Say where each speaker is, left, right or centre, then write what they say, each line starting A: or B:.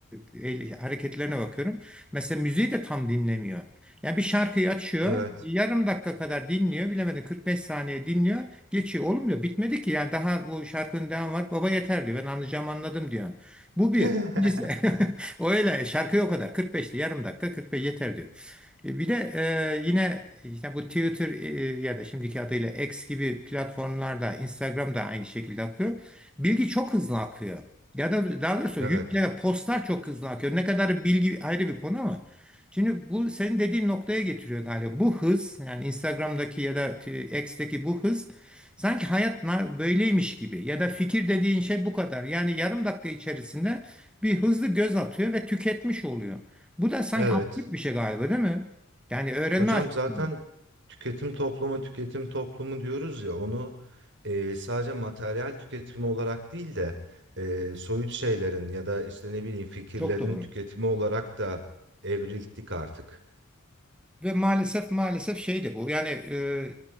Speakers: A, in the centre; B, on the right.
A: el- hareketlerine bakıyorum. Mesela müziği de tam dinlemiyor. Ya bir şarkıyı açıyor,
B: Evet.
A: yarım dakika kadar dinliyor, bilemedim 45 saniye dinliyor, geçiyor. Oğlum diyor bitmedi ki yani daha bu şarkının devamı var. Baba yeter diyor. Ben anlayacağım anladım diyor. Bu bir.
B: <laughs>
A: İkincisi <laughs> o öyle şarkı o kadar 45'ti yarım dakika 45 yeter diyor. E, Bir de e, yine işte bu Twitter e, ya da şimdiki adıyla X gibi platformlarda Instagram da aynı şekilde akıyor. Bilgi çok hızlı akıyor. Ya da daha doğrusu
B: Evet.
A: yükle postlar çok hızlı akıyor. Ne kadar bilgi ayrı bir konu ama. Şimdi bu senin dediğin noktaya getiriyor galiba. Bu hız yani Instagram'daki ya da t- X'teki bu hız sanki hayat na- böyleymiş gibi ya da fikir dediğin şey bu kadar. Yani yarım dakika içerisinde bir hızlı göz atıyor ve tüketmiş oluyor. Bu da sanki
B: Evet.
A: absürt bir şey galiba değil mi? Yani öğrenme
B: Hocam
A: açısından
B: zaten tüketim toplumu, tüketim toplumu diyoruz ya onu e, sadece materyal tüketimi olarak değil de e, soyut şeylerin ya da işte ne bileyim fikirlerin
A: çok doğru.
B: tüketimi olarak da evrildik artık.
A: Ve maalesef maalesef şey de bu. Yani e,